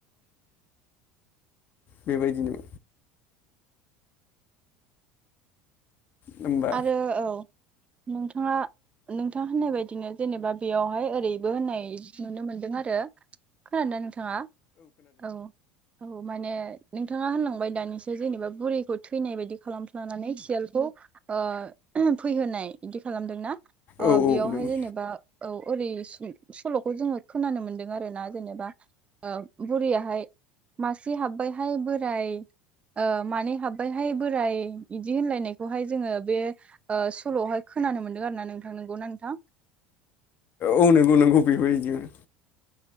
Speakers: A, on the left; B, on the right.
A: बेबायदिनो होमबा
B: आरो औ नोंथाङा नोंथां होननाय बायदिनो जेनेबा बेयावहाय ओरैबो होननाय नुनो मोनदों आरो। खोनादोंना नोंथाङा? औ। औ माने नोंथाङा होनलांबाय दानिसो जेनेबा बुरैखौ थैनाय बायदि खालामफ्लानानै सियालखौ ओ फैहोनाय इदि खालामदोंना? ओ
A: औ औ
B: बेयावहाय
A: नंगौ
B: जेनेबा औ ओरै सल'खौ जोङो खोनानो मोनदों आरो ना जेनेबा ओ बुरैयाहाय मासे हाब्बायहाय बोराय ओ मानै हाब्बायहाय बोराइ इदि होनलायनायखौहाय जोङो बे ओ सल' आवहाय खोनानो मोनदों आरोना नोंथां नोंगौना नोंथां?
A: औ नोंगौ नोंगौ बेबो इदिमोन।